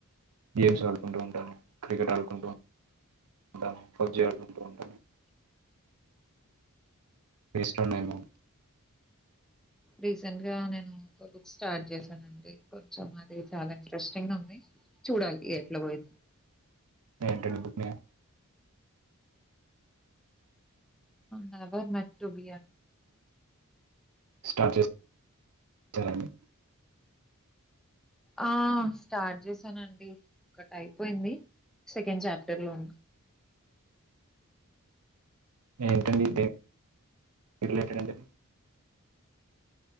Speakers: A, on the right (about 90°); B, in the centre.
A: గేమ్స్ ఆడుకుంటూ ఉంటాను క్రికెట్ ఆడుకుంటూ ఉంటాను పబ్జి ఆడుకుంటూ ఉంటాను ఫెట్లోనేమో
B: రీసెంట్ గా నేను ఒక బుక్ స్టార్ట్ చేశాన అండి కొంచెం అది చాలా ఇంట్రెస్టింగుంది చూడాలి ఎట్లా పోయిద్దొ
A: ఏంటండీ book name
B: never meant to be
A: start చేసారండి
B: ఆ స్టార్ట్ చేసానండి ఒకటి అయిపోయింది సెకండ్ చాప్టర్ లోన్నా
A: ఏంటండి దేని రిలేటెడ్ అండి